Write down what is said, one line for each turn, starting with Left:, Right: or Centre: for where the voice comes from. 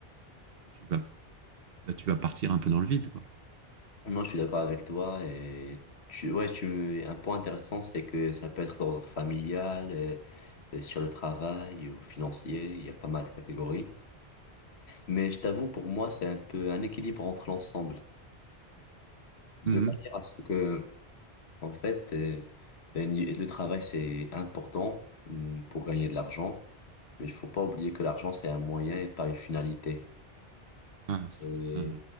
Right: tu vas, bah, tu vas partir un peu dans le vide, quoi.
Left: Non, je suis d'accord avec toi et tu, ouais, tu, un point intéressant, c'est que ça peut être d'ordre familial, euh, euh, sur le travail ou financier, il y a pas mal de catégories. Mais je t'avoue, pour moi, c'est un peu un équilibre entre l'ensemble. De
Right: Mhm.
Left: manière à ce que En fait, euh, un ni- le travail, c'est important hum, pour gagner de l'argent, mais il faut pas oublier que l'argent, c'est un moyen et pas une finalité.
Right: Ah c'est,
Left: Et
Right: euh,